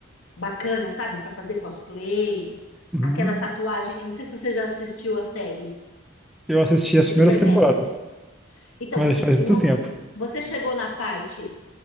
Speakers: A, on the left; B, in the centre.
A: bacana, sabe? Para fazer cosplay,
B: Uhum.
A: aquela tatuagem, eu não sei se você já assistiu a série
B: Eu assisti as
A: do Supernatural.
B: primeiras temporadas,
A: Então,
B: mas
A: s-
B: faz muito
A: não-
B: tempo.
A: você chegou na parte